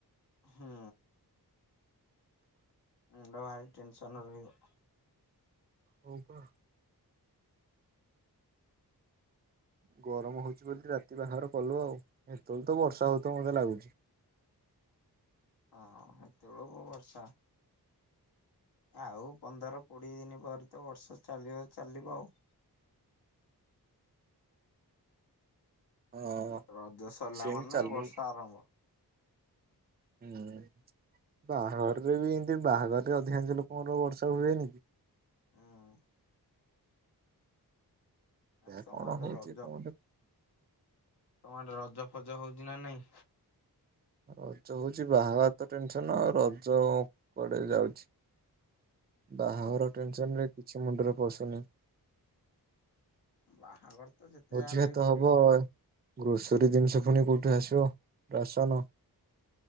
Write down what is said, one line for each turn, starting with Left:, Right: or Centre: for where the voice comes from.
Left: ହୁଁ। ମୁଣ୍ଡ ଭାରି ଟେନସନ୍ ରହିବ।
Right: ହଁ ପା। ଗରମ ହଉଚି ବୋଲି ରାତି ବାହାଘର କଲୁ ଆଉ। ହେତେବେଳ କୁ ତ ବର୍ଷା ହଉଥିବ ମତେ ଲାଗୁଚି।
Left: ହଁ ହେତେବେଳେ ହବ ବର୍ଷା। ଆଉ ପନ୍ଦର କୋଡ଼ିଏ ଦିନି ପରେ ତ ବର୍ଷା ଚାଲିବ ଚାଲିବ ଆଉ।
Right: ହଁ
Left: ରଜ ସରିଲା
Right: ସେମିତି
Left: ମାନେ
Right: ଚାଲୁ
Left: ବର୍ଷା ଆରମ୍ଭ।
Right: ହୁଁ। ବାହାଘରରେ ବି ଏମିତି ବାହାଘରରେ ଅଧିକାଂଶ ଲୋକଙ୍କର ବର୍ଷା ହୁଏନି କି।
Left: ଉଁ।
Right: ଏହା
Left: ଆସ୍ ତମ
Right: କଣ
Left: ଆଡେ
Right: ହଉଛି
Left: ରଜ
Right: କଣ
Left: ତମଆଡେ ରଜ ଫଜ ହଉଚି ନା ନାଇଁ?
Right: ରଜ ହଉଚି ବାହାଘର ତ ଟେନସନ୍ ଆଉ ରଜ କୁଆଡେ ଯାଉଚି। ବାହାଘର ଟେନସନ୍ ରେ କିଛି ମୁଣ୍ଡରେ ପଶୁନି।
Left: ବାହାଘର ତ ଯେତେ
Right: ଭୋଜିଭାତ
Left: ଯାହା ହେଲେ ବି କରିବ
Right: ହବ, ଗ୍ରୋସରୀ ଜିନିଷ ଫୁଣି କୋଉଠୁ ଆସିବ ରାସନ।